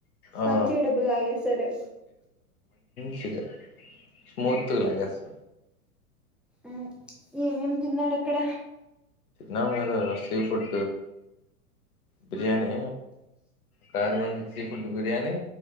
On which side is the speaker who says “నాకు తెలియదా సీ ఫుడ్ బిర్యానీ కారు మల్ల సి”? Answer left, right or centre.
Left